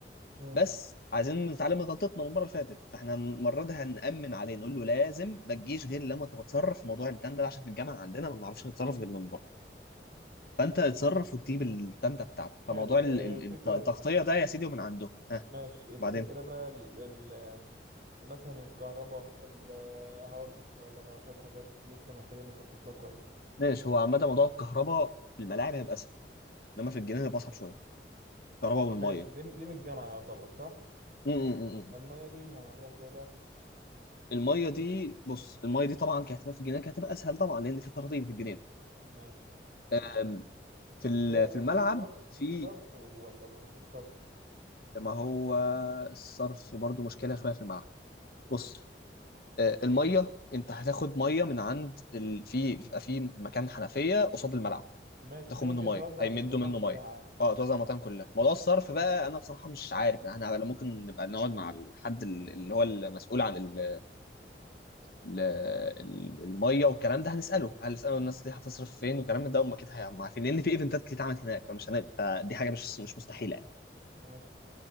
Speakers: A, on the right; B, on the left.
A: مم.
B: بس عايزين نتعلم من غلطتنا من المرة اللي فاتت فإحنا المرة دي هنأمن عليه نقول له لازم ما تجيش غير لما أنت تتصرف في موضوع التندة ده عشان في الجامعة عندنا ما بنعرفش نتصرف غير من بره فأنت اتصرف وتجيب التندة بتاعتك
A: حلو
B: فموضوع ال-
A: هي
B: ال-
A: الفكرة
B: الت- التغطية
A: انه
B: ده يا سيدي ومن عندهم ها
A: ماشي الفكرة
B: بعدين
A: بقى ال... ال... مثلا الكهرباء ال... هقول لك هقول لك على شوية حاجات لسه محتاجين نخطط لها كويس
B: ماشي هو عامة موضوع الكهرباء في الملاعب هيبقى اسهل انما في الجنينة هيبقى اصعب شوية الكهرباء والمية
A: ماشي دي دي من الجامعة يعتبر صح
B: م- م- م-
A: المية
B: م.
A: دي هنعملها ازاي بقى
B: المية دي بص المية دي طبعا كهتبقى في الجنينة كهتبقى اسهل طبعا لان في خراطيم في الجنينة
A: ماشي
B: أم، في ال-
A: فيها
B: في الملعب
A: في صرف
B: في
A: في صرف ولا مفيش صرف
B: ما هو الصرف برضو مشكلة شوية في الملعب بص
A: مم.
B: أه، المية انت هتاخد مية من عند ال... في بيبقى في مكان حنفية قصاد الملعب
A: ماشي
B: تاخد
A: دي ممكن
B: منه ميه
A: توزع
B: هيمدوا
A: للمطاعم
B: منه
A: كلها
B: ميه
A: عادي ماشي
B: اه توزع على المطاعم كلها موضوع الصرف بقى انا بصراحه مش عارف احنا على- ممكن نبقى نقعد مع الحد ال- اللي هو المسؤول عن ال- ال- ال- الميه والكلام ده هنساله هنساله الناس دي هتصرف فين والكلام ده هم اكيد هيبقوا عارفين لان في ايفنتات كتير اتعملت هناك فمش هنبقى فدي حاجه مش مش مستحيله يعني
A: ماشي